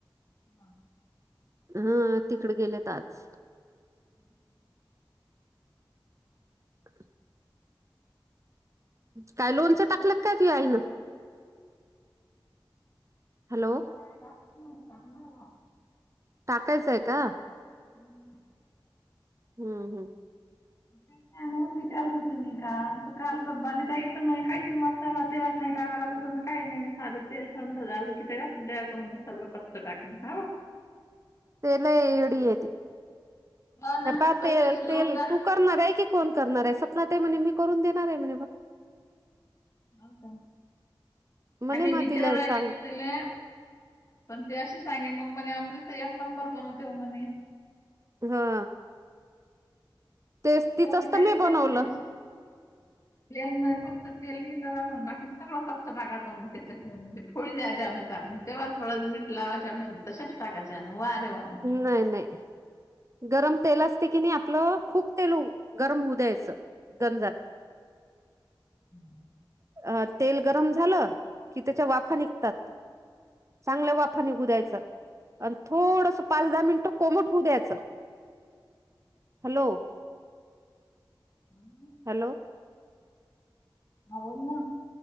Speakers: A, on the left (about 40°); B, on the right (about 35°).
A: <inaudible>
B: हा तिकडे गेलेत आज
A: <inaudible>
B: <inaudible> काय लोनचं टाकलंत काय तुझा आईन? हॅलो
A: <unintelligible>
B: टाकायचंय का?
A: <inaudible>
B: हम्म हम्
A: नाही म्हणून विचारत होती मी काम. काल तबाली जाचं म्हणज काहीच मसाला तेलात नाही टाकाय लागत तो काही नाही साध तेल थंड झाल कि त्या कून सगळं कच टाकून हा
B: ते लय यडी ये ती
A: हो ना
B: हे पा ते
A: कच्चेच लोक
B: तेल
A: आ.
B: तू करणार आहे, की कोण करणार आहे, सपना ताई म्हणे मी करून देणार आहे म्हणे बघ.
A: हो का
B: म्हणे
A: आम्ही
B: मग
A: विचारायले
B: तिला सांग
A: तर तल्याव पण ते अशी सांगे मग मणे अमृता एकनंबर बनवतेव म्हणे.
B: हा. तेच तिचंच
A: येवणे
B: तर
A: कायच
B: मी बनवलं
A: टाईम नस्त तेल नाही फक्त तेल इ करा ना, बाकी सगळं फक्त टका जमवून. तशचंनंतर फोळी द्यायच्या त्यामध्ये टाकून तेंव्हाच हळद मीठ लावायच्या मग तशचं टाकायच्या वा रे वा. म्हणलं.
B: नाही नाही गरम तेल असते की नाही आपलं खूप तेलो गरम होऊ द्यायचं गंजात. <inaudible>
A: <inaudible>
B: अ तेल गरम झालं की त्याच्या वाफा निघतात. चांगलं वाफा निघू द्यायचं आणि थोडस पाच दहा मिनिट कोमट होऊ द्यायचं, हॅलो
A: <inaudible>
B: हॅलो.
A: ह बोल ना.